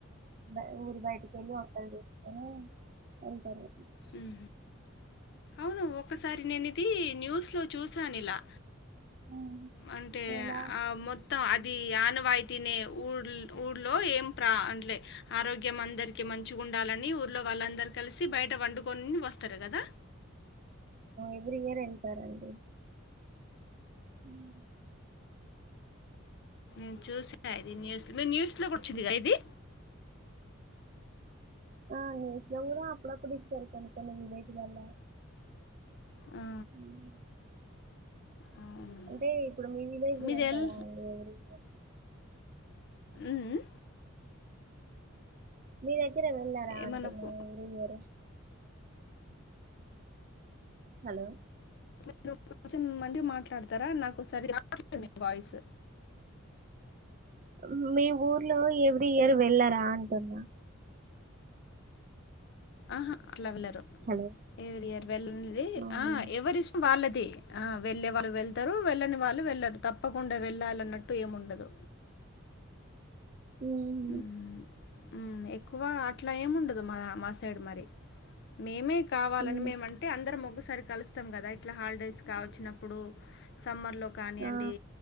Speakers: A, on the right; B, on the left.
A: మ్ అ ఊరు బైటికెళ్ళి వంటల్ జేస్ ఊమ్ వెళ్తరు.
B: ఊహు ఔను ఒకసారి నేనిది న్యూస్ లొ చూసానిలా
A: ఉమ్.
B: అంటే
A: ఇలా
B: ఆ మొత్ త్తం అది ఆనవాయితినే ఊల్ ఊళ్లో ఏం ప్రా అంట్లె ఆరోగ్యం అందరికి మంచిగుండాలని ఊర్లో వాళ్ళందర్ కలిసి బయట వండుకొన్ వస్తరు గద.
A: ఎవ్రి ఇయరెళ్తరండి. ఊమ్.
B: నేను చూసా ఇది న్యూస్ మే న్యూస్ గూచ్చిందిగా ఇది.
A: ఆ న్యూస్లొ గుడా అప్పుడప్పుడిచ్చారు కొన్ని కొన్ని విలేజ్లల్ల
B: ఆ!
A: ఊమ్.
B: ఆ! అవును.
A: అంటే ఇప్పుడు మీ విలేజ్ లొ
B: మీదెల్
A: వెళ్ళరా అండి ఎవ్రి ఇయర్
B: మ్ మ్
A: మీ దగ్గర వెళ్ళారా
B: ఏ
A: అండి
B: మనకు
A: <unintelligible> ఎవ్రి ఇయరు హలో.
B: మీరు కొంచెం మంచిగ్ మాట్లాడ్తారా నాకు సరిగ్గ రావట్లేదు మీ వాయ్స్
A: మ్ మీ ఊర్లో ఎవ్రీ ఇయర్ వెళ్ళరా అంటున్న
B: అహ అట్ల వెళ్లరు
A: హలో
B: ఎవ్రి ఇయర్ వెళ్ళుండేది
A: అవునా
B: ఆ ఎవరిష్టం వాళ్ళది తి ఆ వెళ్ళే వాళ్ళు వెళ్తరు వెళ్ళని వాళ్ళు వెళ్లరు తప్పకుండ వెళ్ళాలన్నట్టు ఏముండదు. ఉ
A: ఉమ్
B: ఉ ఉ ఎక్కువ అట్లా ఏమిండదు మా మా సైడ్ మరి మేమే కావాలని
A: ఉమ్
B: మేము అంటే అందరం ఒకసారి కలుస్తాం కదా ఇట్లా హాలిడేస్ కా వచ్చినప్పుడు స్కూ సమ్మర్లో కాని అండి
A: ఆ